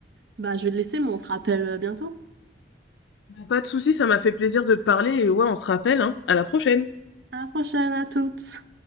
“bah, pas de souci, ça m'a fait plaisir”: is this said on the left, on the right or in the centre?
Left